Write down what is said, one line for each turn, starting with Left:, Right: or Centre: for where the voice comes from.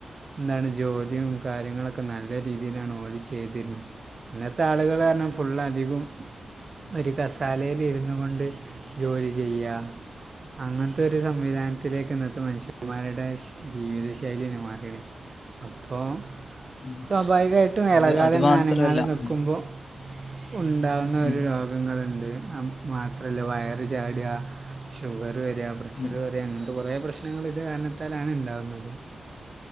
Right: എന്താണ് ജോലിയും കാര്യങ്ങളൊക്കെ നല്ല രീതിയിലാണ് ഓര് ചെയ്തിരുന്നത് ഇന്നത്തെ ആളുകൾ കാരാണം ഫുള് അധികം ഒരു കസാലയിലിരുന്നു കൊണ്ട് ജോലി ചെയ്യ അങ്ങനത്തെ ഒരു സംവിധാനത്തിലേക്ക് ഇന്നത്തെ മനുഷ്യന്മാരുടെ ജീവിത ശൈലി മാറിയാണ് അപ്പോൾ
Left: ഉം
Right: സ്വാഭാവികമായിട്ടും ഇളകതെങ്ങ
Left: അത് അത് മാത്രല്ല
Right: അനങ്ങാതെ നിൽക്കുമ്പോൾ
Left: ഉം
Right: ഉണ്ടാവുന്ന
Left: ഉം
Right: ഒരു രോഗം പ്രശ്നങ്ങള്ണ്ട് മാത്രല്ല വയർ ചാടുക ഷുഗർ വരിക പ്രഷർ
Left: ഉം
Right: വര അങ്ങനത്തെ കൊറേ പ്രശ്നങ്ങൾ ഇത് കാരണത്താലാണ് ഉണ്ടാവുന്നത്